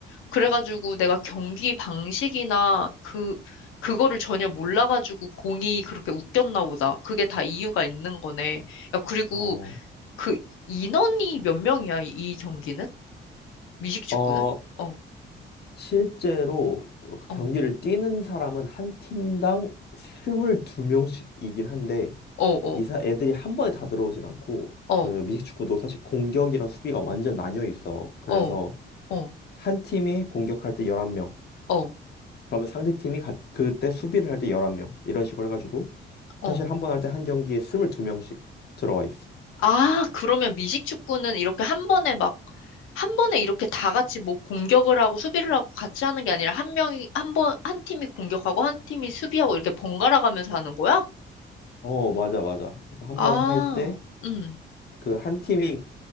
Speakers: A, on the left; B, on the left.
A: 그래가지고 내가 경기 방식이나 그, 그거를 전혀 몰라가지고 공이 그렇게 웃겼나 보다. 그게 다 이유가 있는 거네. 야, 그리고
B: 어,
A: 그 인원이 몇 명이야, 이이 경기는? 미식축구는?
B: 어,
A: 어,
B: 실제로 그
A: 어,
B: 경기를 뛰는 사람은 한 팀당 22명씩이긴 한데
A: 어, 어,
B: 이사 애들이 한 번에 다 들어오진 않고
A: 어,
B: 그 미식축구도 사실 공격이랑 수비가 완전 나뉘어 있어. 그래서
A: 어, 어,
B: 한 팀이 공격할 때 11명.
A: 어,
B: 그러면 상대 팀이 가- 그때 수비를 할 때 11명. 이런 식으로 해 가지고
A: 어.
B: 사실 한 번 할 때 한 경기에 22명씩 들어와 있어.
A: 아, 그러면 미식축구는 이렇게 한 번에 막, 한 번에 이렇게 다 같이 뭐 공격을 하고 수비를 하고 같이 하는 게 아니라 한 명이, 한 번, 한 팀이 공격하고 한 팀이 수비하고 이렇게 번갈아 가면서 하는 거야?
B: 어, 맞아 맞아. 그래서 한번할때
A: 아, 음,
B: 그 한 팀이